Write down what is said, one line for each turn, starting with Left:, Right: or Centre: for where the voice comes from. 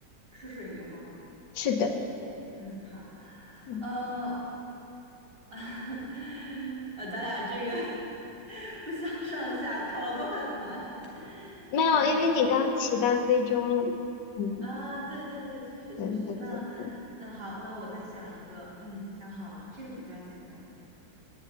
Right: 是水牛吗？
Left: 是的，
Right: 嗯，好，
Left: 嗯，
Right: 呃，<laughs> 呃，咱俩这个 <laughs> 不相上下，考的都很难。<laughs>
Left: 没有，
Right: 嗯，
Left: 因为你刚骑到非洲了嘛嗯，
Right: 啊，对对对，确实确实。
Left: 对对对对，
Right: 那，嗯，好，那我再想一个，嗯，想好了，这个比较简单。